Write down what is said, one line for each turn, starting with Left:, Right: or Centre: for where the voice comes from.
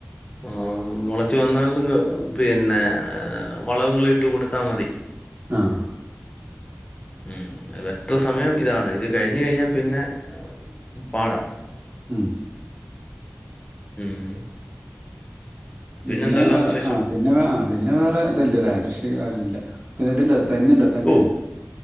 Left: ആ ആഹ <unintelligible> മുളച്ചു വന്നാല്ങ്ക്പിന്നെ വളങ്ങളൾ ഇട്ട് കൊടുത്താ മതി.
Right: ആ അ <unintelligible>
Left: ഉം അതെത്ര സമയം ഇതാണ് ഇത് കഴിഞ്ഞു കഴിഞ്ഞാൽ പിന്നെ പാട.
Right: ഉം.
Left: ഉം.
Right: പിന്നെ
Left: പിന്നെന്തെല്ലാം
Right: വേറെ
Left: വിശേഷം
Right: ആ <unintelligible> പിന്നെ പിന്നെ വേറെ ഇത് ല്ലല്ലേ കൃഷിക്കാര്യംന്നും ഇല്ല പിന്നെ ഇതുണ്ടോ തെങ്ങുണ്ടോ. തെങ്ങ്
Left: ഓ